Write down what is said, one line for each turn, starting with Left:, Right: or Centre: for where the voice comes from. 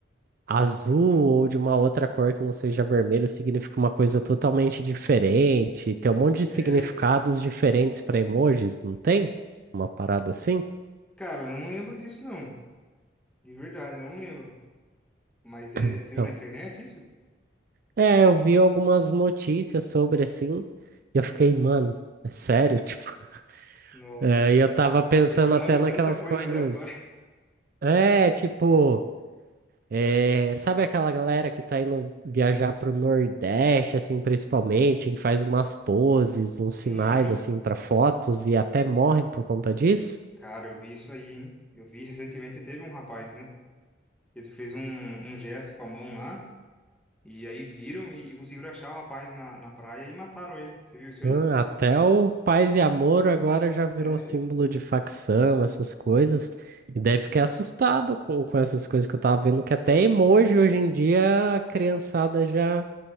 Right: azul ou de uma outra cor que não seja vermelho significa uma coisa totalmente diferente. Tem um monte de significados
Centre: Sério?
Right: diferentes para emojis, não tem? Uma parada assim?
Centre: Cara, eu não lembro disso não. De verdade, eu não lembro. Mas é,
Right: Então,
Centre: você viu na internet isso?
Right: é, eu vi algumas notícias sobre assim, e eu fiquei, mano, é sério? <laughs> Tipo,
Centre: Nossa,
Right: é, e eu tava pensando
Centre: porque eu mando
Right: até naquelas
Centre: tanta coisa
Right: coisas.
Centre: aleatória.
Right: É, tipo. É, sabe aquela galera que tá indo viajar pro Nordeste, assim, principalmente, que faz umas poses, uns sinais,
Centre: <laughs> Uhum.
Right: assim, para fotos e até morrem por conta disso?
Centre: Cara, eu vi isso aí, hein? Eu vi recentemente, teve um rapaz, né? Ele fez um, um gesto com a mão lá, e aí viram e, e conseguiram achar o rapaz na, na praia e mataram ele. Você viu isso aí?
Right: Hum, até o Paz e Amor agora já virou
Centre: É,
Right: símbolo de facção, essas coisas. E daí fiquei assustado com, com essas coisas que eu tava vendo, que até emoji hoje em dia a criançada já